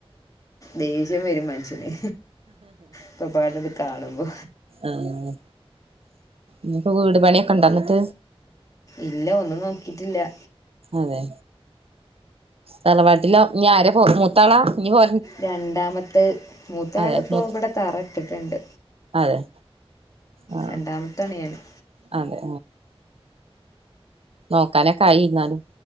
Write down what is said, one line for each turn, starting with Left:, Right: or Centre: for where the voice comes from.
Left: ദേഷ്യം വരും മനുഷ്യന് ഒക്കപ്പാടെണ്ട് കാണുമ്പോ
Right: ആഹ് ഇനിപ്പോ വീട് പണിയൊക്കെണ്ടോന്നിട്ട്
Left: ഇല്ല ഒന്നും നോക്കിട്ടീല്ല
Right: അതെ തറവാട്ടിലോ ഇനി ആരെ പോ മൂത്താളാ ഇനി പോ
Left: രണ്ടാമത്തെ മൂത്താളിപ്പോ
Right: അതെ മൂ
Left: ഇവിടെ തറ ഇട്ടിട്ടുണ്ട്
Right: അതെ ആഹ്
Left: രണ്ടാമത്തേണ് ഞാന്
Right: അതെ നോക്കാനൊക്കായിന്നാലും